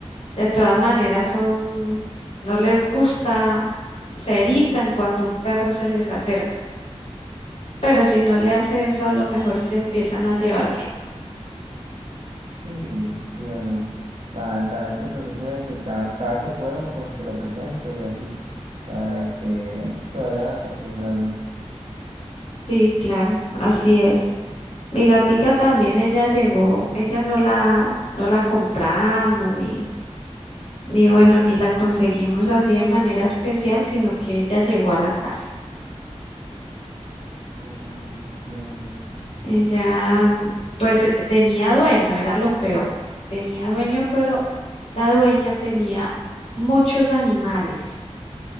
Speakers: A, on the left; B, on the right.
A: de todas maneras son, no les gusta, se erizan cuando un perro se les acerca. Pero si no le hace eso, a lo mejor y se empiezan a llevar bien.
B: Sí, y bueno, está, está ese proceso de que cada, cada que puedo, pues se lo presento y así, para que se vayan acostumbrando.
A: Sí, claro, así es. Mi gatica también, ella llegó, ella no la, no la compramos ni Ni bueno, ni la conseguimos así de manera especial, sino que ella llegó a la casa.
B: Oh, entiendo.
A: Ella, mm, pues eh, tenía dueño, era lo peor. Tenía dueño, pero la dueña tenía muchos animales.